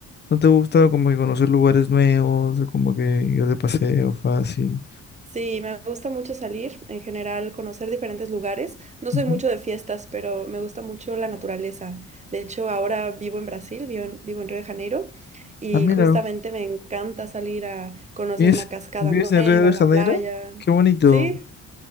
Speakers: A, on the left (about 35°); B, on the right (about 25°).
A: ¿no te gusta como que conocer lugares nuevos, o como que ir de paseo fácil?
B: Sí, me gusta mucho salir, en general, conocer diferentes lugares. No
A: Ujú.
B: soy mucho de fiestas, pero me gusta mucho la naturaleza. De hecho, ahora vivo en Brasil, vivo en, vivo en Río de Janeiro, y
A: Ah, mira,
B: justamente me encanta salir a conocer
A: ¿vives,
B: una cascada
A: vives
B: nueva,
A: en Río de Janeiro?
B: la playa.
A: Qué bonito.
B: Sí,